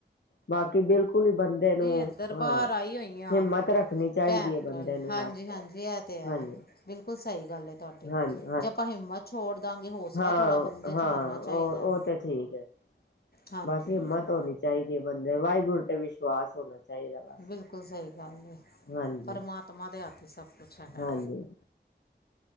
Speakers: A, on the left; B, on the left.
A: ਬਾਕੀ ਬਿਲਕੁਲ ਹੀ ਬੰਦੇ ਨੂੰ
B: ਇੱਧਰ
A: ਹ
B: ਬਾਹਰ ਆਈ ਹੋਈ ਆ
A: ਹਿੰਮਤ ਰੱਖਣੀ ਚਾਹੀਦੀ
B: ਭੈਣ
A: ਹੈ। ਬੰਦੇ
B: ਕੋਲ
A: ਨੂੰ,
B: ਹਾਂਜੀ
A: ਬਸ
B: ਹਾਂਜੀ ਇਹ ਤੇ ਹੈ
A: ਹਾਂਜੀ
B: ਬਿਲਕੁਲ ਸਹੀ ਗੱਲ ਏ ਤੁਹਾਡੀ,
A: ਹਾਂਜੀ
B: ਜੇ ਆਪਾਂ ਹਿੰਮਤ ਛੋੜ ਦਿਆਂਗੇ ਹੌਸਲਾ ਥੋੜ੍ਹਾ
A: ਹਾਂ-ਹਾਂ
B: ਬੰਦੇ 'ਚ ਹੋਣਾ
A: ਉਹ-ਉਹ
B: ਚਾਹੀਦਾ
A: ਤੇ ਠੀਕ ਹੈ
B: ਹਾਂਜੀ
A: ਬਸ
B: ਹਾਂਜੀ
A: ਹਿੰਮਤ ਹੋਣੀ ਚਾਹੀਦੀ। ਬੰਦੇ ਵਾਹਿਗੁਰੂ ਤੇ ਵਿਸ਼ਵਾਸ ਹੋਣਾ ਚਾਹੀਦਾ। ਬਸ
B: ਬਿਲਕੁਲ ਸਹੀ ਗੱਲ ਹੈ
A: ਹਾਂਜੀ
B: ਪਰਮਾਤਮਾ ਦੇ ਹੱਥ। ਅਤੇ ਸਭ। ਕੁੱਛ ਹੈਗਾ
A: ਹਾਂਜੀ